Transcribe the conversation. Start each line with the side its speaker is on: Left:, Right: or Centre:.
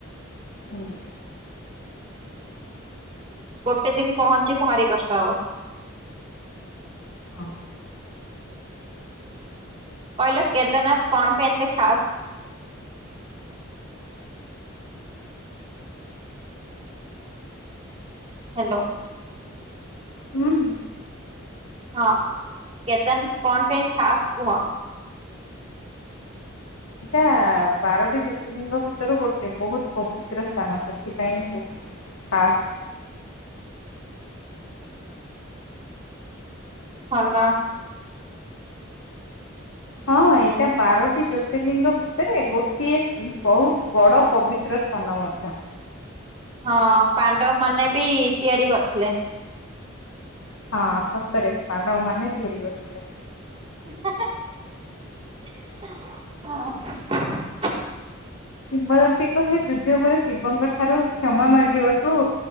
Left: ହୁଁ।
Right: ଗୋଟେ ଦିନ ପହଞ୍ଚି ଭାରି କଷ୍ଟ ହବ।
Left: ହଁ।
Right: କହିଲ, କେଦାରନାଥ କଣ ପାଇଁ ଏତେ ଖାସ୍? ହାଲୋ।
Left: ହୁଁ।
Right: ହଁ କେତନ୍ କଣ ପାଇଁ ଖାସ୍ କୁହ?
Left: ଏଇଟା-ଆ-ଆ ବାରଟି ଜ୍ୟୋତିର୍ଲିଙ୍ଗ ଭିତରୁ ଗୋଟେ। ବହୁତ ପବିତ୍ର ସ୍ଥାନ। ସେଥିପାଇଁ ହିଁ ପାସ୍।
Right: ଭଲ।
Left: ହଁ ଏଇଟା ବାରଟି ଜ୍ୟୋତିର୍ଲିଙ୍ଗ ଭିତରେ, ଗୋଟିଏ ବହୁତ ବଡ ପବିତ୍ର ସ୍ଥାନ ମଧ୍ୟ।
Right: ହଁ ପାଣ୍ଡବ ମାନେ ବି ତିଆରି କରିଥିଲେ।
Left: ହଁ ସତରେ ପାଣ୍ଡବ ମାନେ ତିଆରି କରିଥିଲେ।
Right: ହେ ହେ ହ ହ।
Left: ଶିବଦନ୍ତ୍ରୀ କେବେ ଯୁଦ୍ଧ ପରେ ଶିବଙ୍କ ଠାରୁ କ୍ଷମା ମାଗିବାକୁ